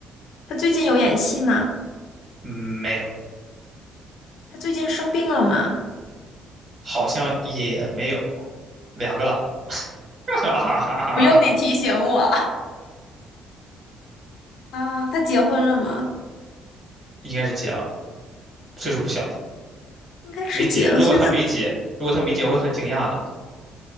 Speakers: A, on the left; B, on the right.
A: 他最近有演戏吗？
B: 嗯，没有，
A: 他最近生病了吗？
B: 好像也没有，两个了，<laughs> 哈哈哈哈哈，
A: 不用你提醒我 <laughs> 啊，他结婚了吗？
B: 应该是结了，岁数不小了，
A: 应该是结了岁数，
B: 没结。如果他没结，如果他没结，我会很惊讶的。